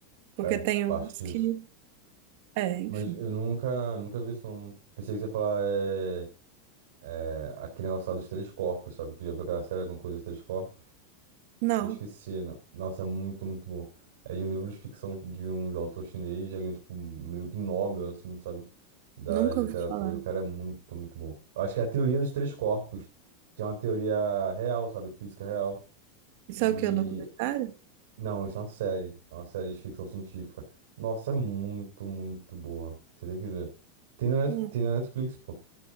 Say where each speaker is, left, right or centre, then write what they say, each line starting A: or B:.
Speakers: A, on the right; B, on the right.
A: Porque
B: É,
A: tem uns
B: acho
A: que,
B: disso.
A: é, enfim.
B: Mas eu nunca, nunca vi isso, não. Pensei que você ia falar é, é, aquele negócio lá dos três corpos, sabe? Que já viu aquela série, alguma coisa dos três corpos?
A: Não,
B: Eu esqueci. no- Nossa, é muito, muito bom. É de um livro de ficção de um de um autor chinês, já ganhou, tipo, meio que Nobel, assim, sabe? Da
A: nunca
B: de literatura.
A: ouvi falar.
B: O cara é muito, muito bom. Eu acho que é a teoria dos três corpos, que é uma teoria real, sabe? Física real.
A: Isso
B: E.
A: é o que, um documentário?
B: Não, isso é uma série. É uma série de ficção científica. Nossa, é muito, muito boa. Você tem que ver. Tem na
A: Hum.
B: Net- tem na Netflix, pô.